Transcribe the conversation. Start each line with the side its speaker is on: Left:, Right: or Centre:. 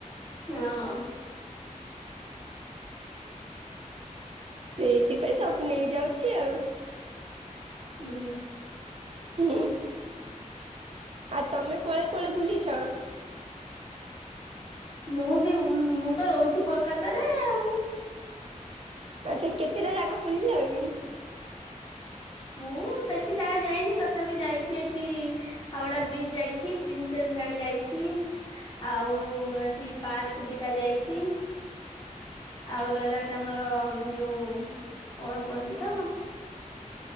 Left: ହଁ।
Right: ସେଇଥିପାଇଁ ସବୁ ନେଇ ଯାଉଛି ଆଉ।
Left: ହୁଁ।
Right: ହୁଁ, ଆଉ ତମେ କୁଆଳେ କୁଆଳେ ବୁଲିଛ?
Left: ମୁଁ ବି ମୁଁ ତ ରହୁଛି କୋଲକାତାରେ ଆଉ।
Right: ଆଚ୍ଛା କେତେଟା ଜାଗା ବୁଲିଲନି?
Left: ମୁଁ ବେଶୀ ଜାଗା ଯାଇନି ତଥାପି ଯାଇଛି ଏଠି ହାୱଡ଼ା ବ୍ରିଜ ଯାଇଛି, ପ୍ରିନ୍ସେସ୍ ଘାଟ୍ ଯାଇଛି। ଆଉ ଏଠି ପାର୍କ ଦିଟା ଯାଇଛି। ଆଉ ରହିଲା ଏଟା ଆମର ଯୋଉ କଣ କୁହନ୍ତି ତ